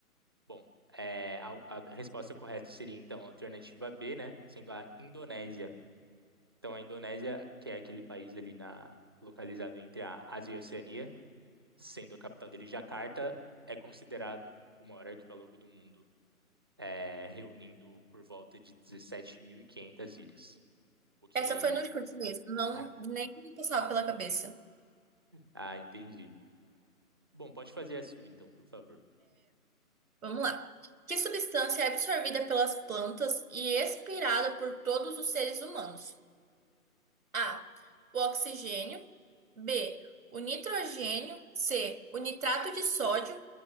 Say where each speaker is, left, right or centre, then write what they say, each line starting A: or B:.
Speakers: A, on the right (about 15°); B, on the right (about 65°).
A: Bom, é, a, a resposta correta seria então a alternativa B, né? Sendo a Indonésia. Então, a Indonésia, que é aquele país ali na, localizado entre a Ásia e a Oceania, sendo a capital dele Jakarta, é considerado o maior arquipélago do mundo, é, reunindo por volta de 17.500 ilhas. Pouquinha
B: Essa
A: ilha.
B: foi no chute mesmo. Não,
A: <laughs>
B: nem me passava pela cabeça.
A: Ah, entendi. Bom, pode fazer a sua então, por favor.
B: Vamos lá. Que substância é absorvida pelas plantas e expirada por todos os seres humanos? A. O oxigênio. B. O nitrogênio. C. O nitrato de sódio.